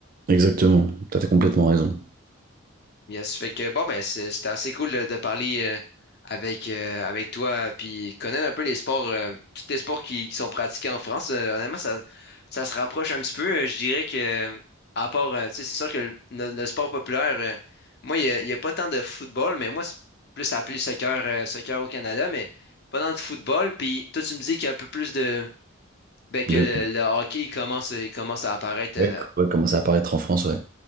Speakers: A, on the right; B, on the left.
A: Exactement. T'as t'as complètement raison.
B: Yes, fait que bon, ben c'est- c'était assez cool de, de parler euh, avec, euh, avec toi, puis connaître un peu les sports, euh, tous les sports qui, qui sont pratiqués en France. Euh, honnêtement, ça, ça se rapproche un petit peu. Euh, Je dirais que, euh, à part, euh, tu sais, c'est sûr que le, le- le sport populaire, euh, moi, il n'y a, il y a pas tant de football, mais moi, c'est plus appelé soccer, euh, soccer au Canada, mais pas tant de football. Puis toi, tu me dis qu'il y a un peu plus de. Ben, que
A: De
B: le, le hockey il commence, il commence à apparaître.
A: ouais,
B: euh,
A: c- ouais, commencer à apparaître en France, ouais.